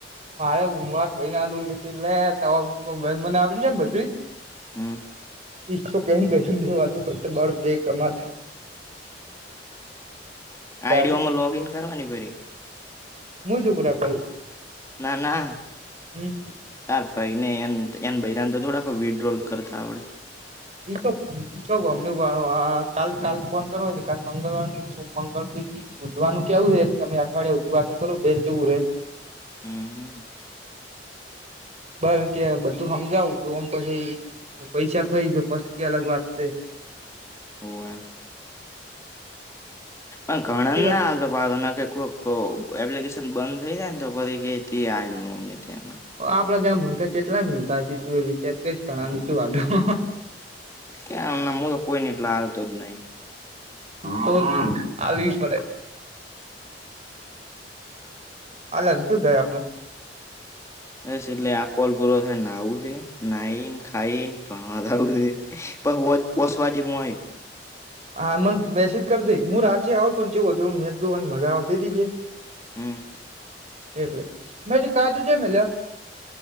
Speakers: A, on the right (about 40°); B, on the left (about 15°).
A: મારે હમવાર ભય નાલ એટલે મ આવડી જાય ને બધ.
B: હમ.
A: ઈો કે બે વાતો કરતો બ બે કમાતા.
B: આઈડીઓમાં
A: તારે
B: લોગ ઇન કરવાની પેરી.
A: હું છગુરા કરું.
B: ના ના.
A: હમ.
B: ચાલ કઈનની એમ એમ બયરાને તો થોડાક વિડ્રોલ કરતા આવડે.
A: <inaudible> જોઉ અમને વાઅ વાઅ કાલ કાલ ફોન કરવો હોય ને કાલ મંગળવાર ને શુભ મંગલ તીથી ઉજવાનું કેવું રે, તમે અઠવાડિયાય ઉપવાસુ કરો બેચવું રે
B: હમ,
A: બ કે બધું હમજાવું જોમ પહી પૈસા થઈ તો પસ કઈ અલગ વાત કરીએ
B: હો અ અ ઘણન
A: છે
B: ના આઞ વાલોને કોક એપ્લિકેશન બંધ થઈ જાય ને તો પરી આ અમને તીયા
A: આપડા ત્યાં મુલકા જેટલા મીલતા હશે તું એ વિચાર કરી ઘણા શું વાધો
B: કયા હમણા મુલો કોઈ ને એટલા હાલતો જ નહી
A: તો જે આવી પડે આલન શું થાય આપણું
B: હાઈસ, એટલે આ કોલ પૂરો થાય નાવું છે, નાહી ને ખાઈને ભણવા જાવુ શે પહુવોજ પોસવા જેમું મોહે
A: હા, મને મેસેજ કરી થી, હું રાત આવ પણ જેવું હતું મેચ જોવાની મજા આવતી અતી કે
B: હમ,
A: એટલે મેજી કાજુ જે મેલ્યો